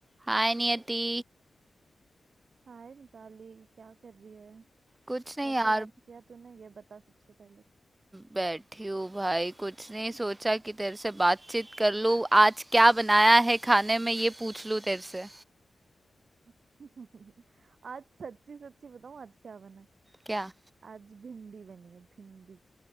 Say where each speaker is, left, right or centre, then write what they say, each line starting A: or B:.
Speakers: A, on the right (about 25°); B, on the right (about 70°).
A: हाय नियति
B: हाय मिताली क्या कर रही है
A: कुछ नहीं
B: कैसे
A: यार
B: याद किया तूने ये बता सबसे पहले
A: बैठी हूँ भाई कुछ नहीं सोचा कि तेरे से बातचीत कर लूँ आज क्या बनाया है खाने में ये पूछ लूँ तेरे से
B: तो <laughs> आज सच्ची सच्ची बताऊं आज क्या बना है
A: क्या
B: आज भिंडी बनी है भिंडी